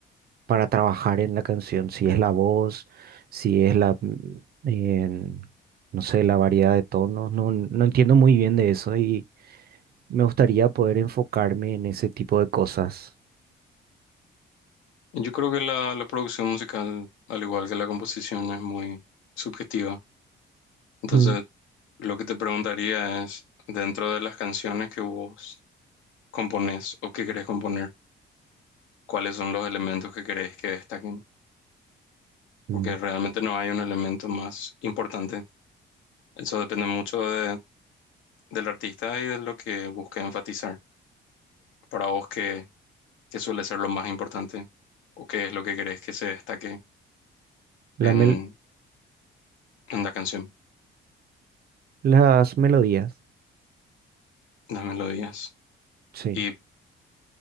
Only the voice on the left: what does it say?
Yo creo que la, la producción musical, al igual que la composición, es muy subjetiva. Entonces,
lo que te preguntaría es, dentro de las canciones que vos componés o que querés componer, ¿cuáles son los elementos que querés que destaquen?
Porque realmente no hay un elemento más importante. Eso depende mucho de- del artista y de lo que busque enfatizar. Para vos, ¿qué, qué suele ser lo más importante? ¿O qué es lo que querés que se destaque
en,
en la canción,
en las melodías?
Y